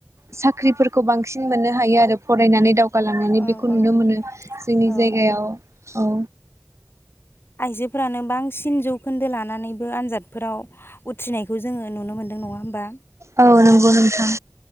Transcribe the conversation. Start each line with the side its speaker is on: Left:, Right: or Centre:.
Right: साख्रिफोरखौ बांसिन मोननो हायो आरो। फरायनानै दावगालांनानै
Left: औ
Right: बेखौ
Left: औ
Right: नुनो
Left: औ
Right: मोनो जोंनि
Left: औ
Right: जायगायाव। औ
Left: आइजोफोरानो बांसिन जौखोन्दो लानानै आनजादफोराव उथ्रिनायखौ जोङो नुनो मोनदों नङा होमबा।
Right: औ नंगौ नोंथां